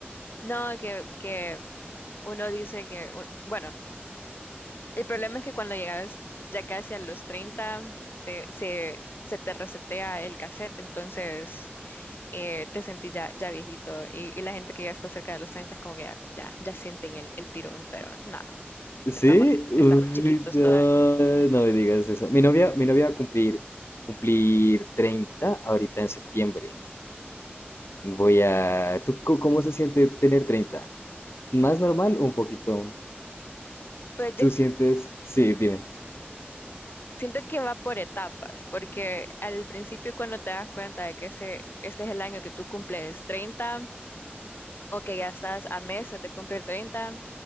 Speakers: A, on the left; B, on the left.
A: no, que, que uno dice que, u- bueno, el problema es que cuando llegas ya casi a los 30 te- se, se te resetea el cassette, entonces eh, te sentís ya, ya viejito. Y, y la gente que ya está cerca de los 30 es como que ya, ya, ya sienten el, el tirón, pero nada,
B: Sí,
A: estamos,
B: Uy,
A: estamos chiquitos
B: no,
A: todavía.
B: no me digas eso. Mi novia, mi novia va a cumplir, cumplir 30 ahorita en septiembre. Voy a... ¿Tú co- cómo se siente tener 30? ¿Más normal o un poquito?
A: Pues yo
B: ¿Tú sientes? Sí, dime.
A: siento que va por etapas, porque al principio cuando te das cuenta de que ese, ese es el año que tú cumples 30 o que ya estás a meses de cumplir 30,